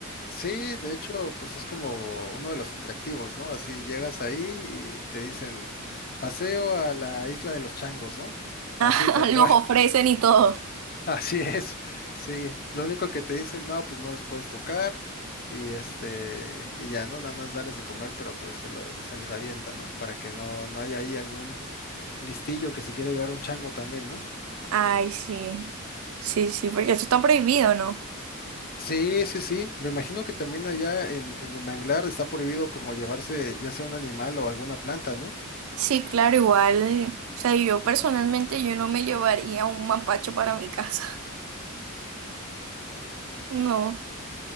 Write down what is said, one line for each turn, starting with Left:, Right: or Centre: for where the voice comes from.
Left: Sí, de hecho, pues es como uno de los atractivos, ¿no? Así llegas ahí y te dicen, paseo a la isla de los changos, ¿no? Así,
Right: <laughs>
Left: tal cual.
Right: Los ofrecen y todo.
Left: <laughs> Así es. Sí. Lo único que te dicen, no, pues no los puedes tocar y este, y ya, ¿no? Nada más dales de comer, pero pues se lo- se les avienta, ¿no? Para que no, no haya ahí algún listillo que se quiera llevar un chango también, ¿no?
Right: Ay, sí. Sí, sí, porque eso está prohibido, ¿no?
Left: Sí, sí, sí. Me imagino que también allá en, en el manglar está prohibido como llevarse ya sea un animal o alguna planta, ¿no?
Right: Sí, claro, igual. O sea, yo personalmente yo no me llevaría un mapacho para mi casa. <laughs> No.